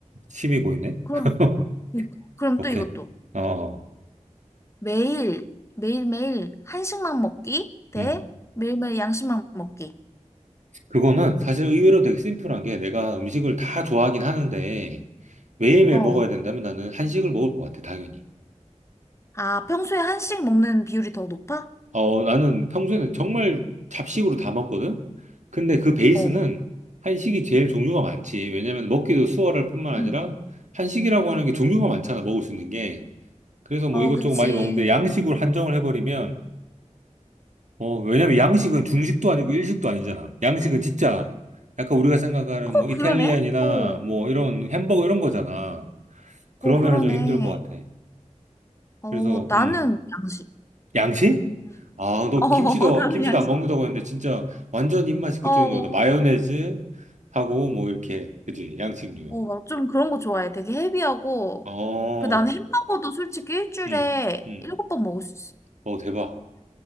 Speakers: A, on the right (about 70°); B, on the left (about 20°).
A: 침이
B: 어.
A: 고이네?
B: 그럼,
A: <laughs>
B: 그러니까. 그럼
A: 오케이.
B: 또 이것도.
A: 어, 어.
B: 매일, 매일매일 한식만 먹기 대
A: 음.
B: 매일매일 양식만 먹기.
A: 그거는 사실 의외로 되게 심플한 게 내가 음식을 다 좋아하긴 하는데, 매일매일
B: 어.
A: 먹어야 된다면 나는 한식을 먹을 것 같아, 당연히.
B: 아, 평소에 한식 먹는 비율이 더 높아?
A: 어, 나는 평소에는 정말 잡식으로 다 먹거든? 근데 그 베이스는
B: 어.
A: 한식이 제일 종류가 많지. 왜냐면 먹기도 수월할 뿐만 아니라
B: 응.
A: 한식이라고 하는 게 종류가 많잖아, 먹을 수 있는 게. 그래서 뭐
B: 어,
A: 이것저것
B: 그치.
A: 많이 먹는데 양식으로 한정을 해버리면, 어, 왜냐면 양식은 중식도 아니고 일식도 아니잖아. 양식은 진짜 약간 우리가 생각하는
B: 어,
A: 뭐 이탈리안이나
B: 그러네? 어,
A: 뭐 이런 햄버거 이런 거잖아. 그러면은
B: 어, 그러네.
A: 좀 힘들 것 같아.
B: 어,
A: 그래서,
B: 나는
A: 음,
B: 양식.
A: 양식? 아, 너
B: 어,
A: 김치도,
B: <laughs> 나는
A: 김치도
B: 양식.
A: 안 먹는다고 했는데, 진짜 완전 입맛이 그쪽인가
B: 어, 어,
A: 보다. 마요네즈 하고, 뭐, 이렇게. 그지? 양식류.
B: 막좀 그런 거 좋아해. 되게 헤비하고.
A: 어,
B: 그, 난 햄버거도 솔직히 일주일에
A: 음, 음.
B: 일곱 번 먹을 수 있어.
A: 어, 대박.